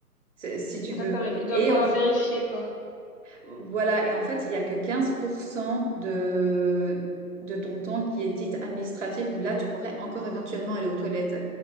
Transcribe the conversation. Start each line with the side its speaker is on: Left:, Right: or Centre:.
Right: c'est- si tu
Left: d'accord
Right: veux.
Left: et il doit
Right: Et
Left: pouvoir
Right: en
Left: vérifier quoi.
Right: voilà, et en fait, il n'y a que 15% de, de ton temps qui est dit administratif, où là, tu pourrais encore éventuellement aller aux toilettes.